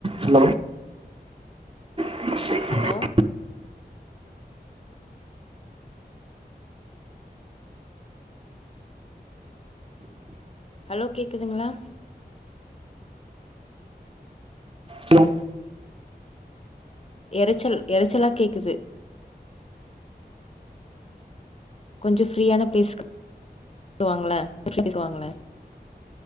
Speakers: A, on the right; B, on the left.
A: Hello <inaudible>
B: hello hello கேக்குதுங்களா
A: hello
B: எரச்சல் எரச்சலா கேக்குது கொஞ்ச ஃப்ரீயான பிளேஸ்க்கு வாங்களே <unintelligible> வாங்களே